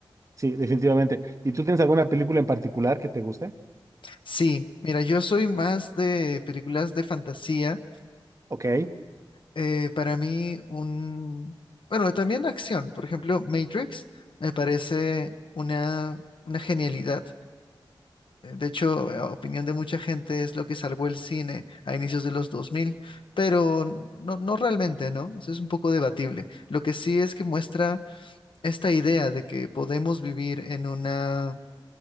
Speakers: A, on the right; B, on the left.
A: sí, definitivamente. ¿Y tú tienes alguna película en particular que te guste?
B: Sí, mira, yo soy más de películas de fantasía.
A: Ok,
B: Eh, para mí, un... Bueno, también acción. Por ejemplo, Matrix me parece una, una genialidad. Eh, De hecho, eh, a opinión de mucha gente es lo que salvó el cine a inicios de los 2000, pero no, no realmente, ¿no? Eso es un poco debatible. Lo que sí es que muestra esta idea de que podemos vivir en una